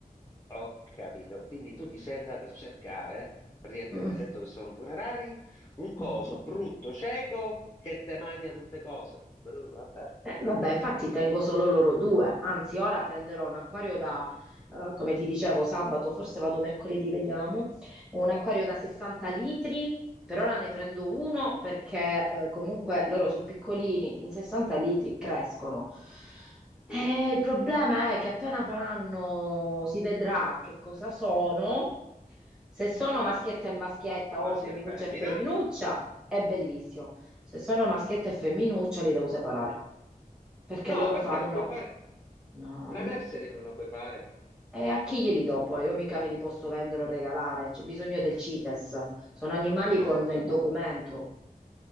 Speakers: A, on the left; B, in the centre.
A: Ho capito. Quindi tu ti sei andato a cercare, praticamente
B: Mm.
A: mi hai detto che sono pure rari, un coso
B: Mm.
A: brutto, cieco, che te mangia tutte cose. Eh, vabbè,
B: Eh,
A: contenta
B: vabbè, infatti
A: tu.
B: tengo solo loro due, anzi ora prenderò un acquario da,
A: Ah,
B: eh, come ti dicevo, sabato, forse vado mercoledì, vediamo, un acquario da 60 litri, per ora ne prendo uno perché eh, comunque loro sono piccolini, in 60 litri crescono.
A: Sì?
B: Eh, il problema è che appena faranno, si vedrà che cosa sono, se sono
A: Ah,
B: maschietta e maschietta
A: ma- maschio
B: o femminuccia
A: e femmina?
B: e femminuccia, è bellissimo, se sono maschietta e femminuccia li devo separare perché
A: No,
B: loro
A: perché
B: fanno...
A: non puoi fare...
B: No,
A: La
B: n-
A: nursery non la puoi fare.
B: e a chi glieli do poi? Io mica me li posso vendere o regalare, c'è bisogno del CITES, sono animali
A: Ma mi
B: con
A: ha detto...
B: il documento.